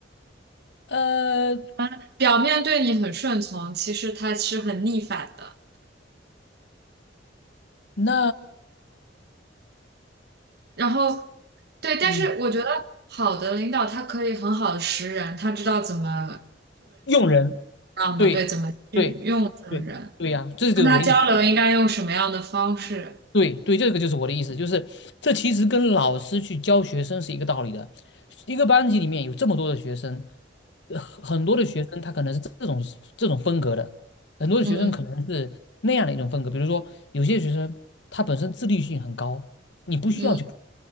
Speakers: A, on the left; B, on the right.
A: 呃，
B: 嗯表面对你很顺从，其实他是很逆反的。
A: 那
B: 然后，对，但是我觉得好的领导他可以很好的识人，
A: 嗯，
B: 他知道怎么。
A: 用人，
B: 样的，
A: 对，
B: 对，怎么去用这个人，
A: 对，对，对呀，这就是我的意思。
B: 跟他交流应该用什么样的方式？
A: 对对，这个就是我的意思，就是这其实跟老师去教学生是一个道理的。一个班级里面有这么多的学生，呃很多的学生他可能是这种这种风格的，很多的学生可能是那样的一种风格。
B: 嗯
A: 比如说，有些学生他本身自律性很高，你不需要去，
B: 嗯